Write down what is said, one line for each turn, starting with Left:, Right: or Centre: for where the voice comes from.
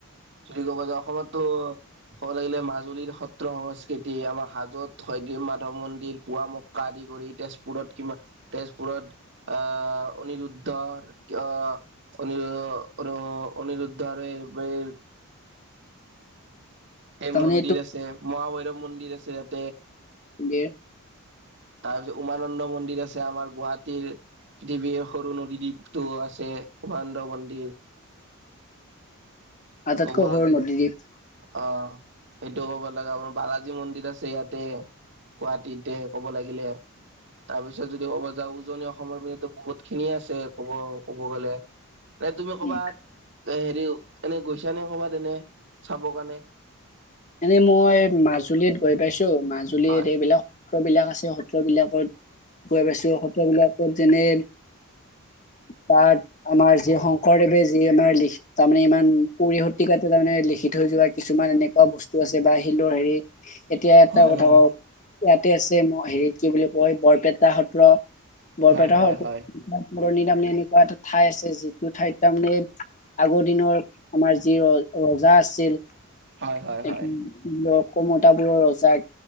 Right: যদি ক'ব যে অসমতো ক'ব লাগিলে মাজুলীৰ সত্ৰ সংস্কৃতি, আমাৰ হাজত হয়গ্ৰী মাধৱ মন্দিৰ, পুৱামক্কা আদি কৰি, তেজপুৰত কিমা, তেজপুৰত আহ অনিৰুদ্ধৰ কি অ অনিৰ ৰ অনিৰুদ্ধ আৰু <unintelligible> এই
Left: তাৰমানে
Right: মন্দিৰ আছে, মহাভৈৰৱ মন্দিৰ আছে ইয়াত।
Left: গে <unintelligible>
Right: তাৰ পিছত উমানন্দ মন্দিৰ আছে, আমাৰ গুৱাহাটীৰ পৃথিৱীৰ সৰু নদী দ্বীপটো আছে, উমানন্দ মন্দিৰ
Left: আটাইতকৈ
Right: ক'ব লাগে
Left: সৰু নদীদ্বীপ
Right: অ সেইটোও ক'ব লাগে। আমাৰ বালাজী মন্দিৰ আছে ইয়াতে। গুৱাহাটীতে ক'ব লাগিলে তাৰপিছত যদি ক'ব যাওঁ উজনি অসমৰ পিনেটো বহুত খিনিয়ে আছে, কব ক'ব গ'লে। নে তুমি কৰ'বাত
Left: উম
Right: এ, হেৰি এনে গৈছা নে কৰ'বাত এনে? চাব কাৰণে
Left: এনে মই মাজুলীত গৈ পাইছোঁ, মাজুলীত
Right: হয়
Left: এইবিলাক সত্ৰ বিলাক আছে সত্ৰ বিলাকত গৈ পাইছো সত্ৰ বিলাকত যেনে তাত আমাৰ যি শংকৰদেৱে যি আমাৰ <inaudible> তাৰমানে ইমান কুৰি শতিকাতে তাৰমানে লিখি থৈ যোৱা কিছুমান এনে খোৱা বস্তু আছে বা শিলৰ হেৰি এতিয়া এটা
Right: হয়
Left: কথা
Right: হয়
Left: কওওঁ ইয়াতে আছে ম হেৰিত কি বুলি কয়, বৰপেটা সত্ৰ, বৰপেটা
Right: হয় হয়
Left: সত
Right: হয়
Left: পুৰণি তাৰমানে এনেকুৱা এটা ঠাই আছে যিটো ঠাইত তাৰমানে, আগৰ দিনৰ আমাৰ যি ৰল ৰজা আছিল
Right: হয় হয়
Left: <unintelligible>
Right: হয়
Left: কমতাপুৰৰ ৰজাক,